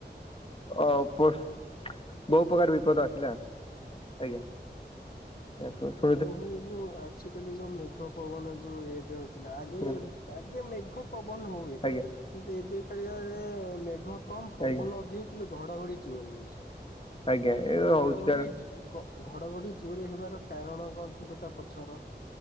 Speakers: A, on the left; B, on the left.
A: ଅ ପସ୍ ବହୁ ପ୍ରକାର ବିପଦ ଆସିଲା। ଆଜ୍ଞା।
B: ଆଜ୍ଞା।
A: ୟାପୋସ୍
B: ଏଇ ମୁଁ ଏଇ ଯେଉ ଆ ଆଜି କାଲି ଯୋଉ ମେଘ ପବନ ଯୋଉ ରେଟ୍ ରେ ହଉଥିଲା ଆଗେ
A: ହୁଁ
B: ଆଗେ ମେଘ ପବନ ହଉ ହୁଏ କିନ୍ତୁ
A: ଆଜ୍ଞା
B: ଏବେ କାଳିଆ ଯେ ମେଘ କମ୍ ପବନ
A: ଆଜ୍ଞା
B: ଅଧିକ କିନ୍ତୁ ଘଡ଼ଘଡ଼ି ଜୋରେ ହଉଚି
A: ଆଜ୍ଞା ଏ
B: ତ
A: ହଉଛି
B: ଘଡ଼ଘଡ଼ି
A: କାରଣ
B: ଗ ଘଡ଼ଘଡ଼ି ଜୋରେ ହେବାର କାରଣ କଣ ଥିବ ତା ପଛର